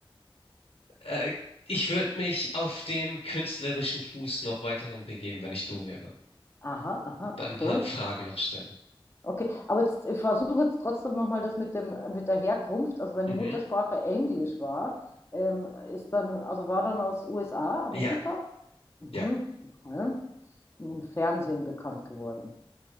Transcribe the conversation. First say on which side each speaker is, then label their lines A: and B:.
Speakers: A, on the left; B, on the left.
A: äh, ich würde mich auf dem künstlerischen Fuß noch weiterhin begeben, wenn ich du wäre.
B: Aha, aha,
A: Da
B: okay.
A: ein paar Fragen noch stellen.
B: Okay, aber jetzt, ich versuche jetzt trotzdem nochmal das mit dem, mit der Herkunft. Also wenn
A: Mhm.
B: die Muttersprache Englisch war, ähm, ist dann, also war dann aus USA, Amerika?
A: Ja,
B: Mhm,
A: ja.
B: okay. Und Im Fernsehen bekannt geworden.